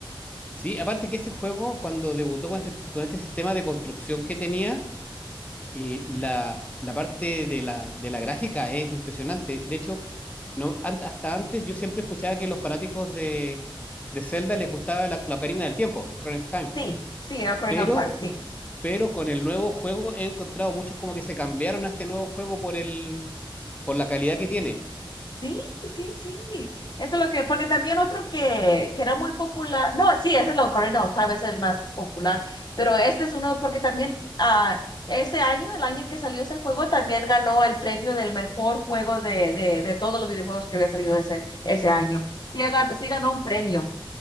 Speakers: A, on the left; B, on the left.
A: Sí, aparte que ese juego, cuando debutó con este, con este sistema de construcción que tenía, y la, la parte de la, de la gráfica es impresionante. De hecho, no, an- hasta antes yo siempre escuchaba que los fanáticos de, de Zelda les gustaba la, la Ocarina del Tiempo, Ocarina of Time.
B: Sí, sí, Ocarina
A: Pero,
B: of Time, sí.
A: pero con el nuevo juego he encontrado muchos como que se cambiaron a este nuevo juego por el, por la calidad que tiene.
B: Sí, sí, sí. Eso es lo que, porque también otro que, que era muy popular, no, sí, ese es lo Cardinals, tal vez el más popular, pero este es uno porque también ah, ese año, el año que salió ese juego, también ganó el premio del mejor juego de, de, de todos los videojuegos que había salido ese, ese año. Sí, aga- sí ganó un premio.